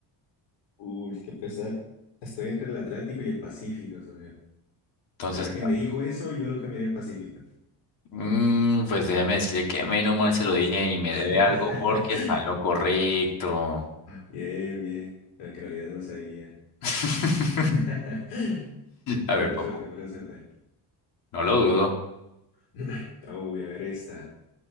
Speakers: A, on the left (about 85°); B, on the left (about 55°).
A: Uy, qué pesar. Estoy entre el Atlántico y el Pacífico, socio.
B: Entonces,
A: Pero al que
B: ah,
A: me dijo eso, yo lo cambiaría al Pacífico.
B: mm, pues déjeme decirle que menos mal se lo dije y me
A: <laughs>
B: debe algo porque está en lo correcto.
A: Bien, bien. Aunque en realidad no lo sabía.
B: <laughs>
A: <laughs>
B: A
A: Pura
B: ver, papu,
A: suerte, pura suerte.
B: no lo dudo.
A: <clears throat> Uy, a ver esta.